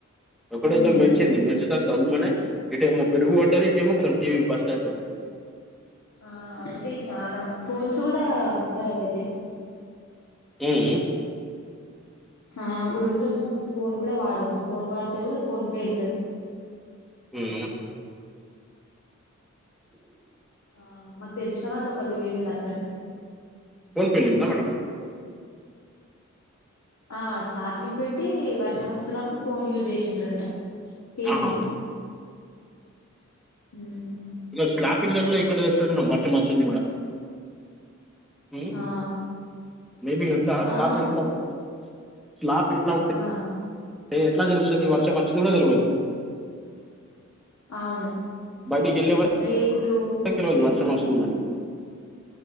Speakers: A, in the centre; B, on the left.
A: అక్కడైతే
B: ఉహు
A: మెరిచింది మెరిచి ద దమ్మనే ఇటేమో పిడుగు పడ్డది ఇటేమో టీవి బరస్ట్ అయిపోయింది.
B: ఆ అవుతాయి చాలా ఫోన్స్ కూడా కరాబ్ అయితాయి.
A: ఉ ఊ.
B: ఆ ఉరుములు వచ్చినప్పుడు ఫోన్ కూడా వాడొద్దు ఫోన్ వాడితే కూడా ఫోన్ పేళ్తది.
A: ఉ ఉ.
B: ఆ మాకు తెలిసిన వాళ్ళది ఒకలిది వేళింది అట్లనే.
A: ఫోన్ పేలిందా మేడమ్.
B: ఆ ఛార్జింగ్ పెట్టి వర్షం వస్తున్నప్పుడు ఫోన్ యూజ్ చేసిండ్రంట. పేలింది
A: ఆహా
B: ఉం
A: ఇట్లా స్లాప్ ఇళ్లల్లో ఎక్కడ దొరుకుతుందో బట్టలు మార్చింది కూడా. ఉం
B: ఆ
A: మేబి ఇంట్ల స్లాప్
B: ఆ
A: ఇంట్లో ఉంటయి స్లాప్ ఇంట్లో ఉంటె.
B: ఆ.
A: ఏ ఎట్లా తెలుస్తది వర్షం వచ్చింది కూడా తెల్వదు.
B: అవును
A: బయటికి వెళ్ళే
B: రేకులూ
A: వరకు తెలియదు
B: పెంకలు.
A: వర్షం వస్తుందని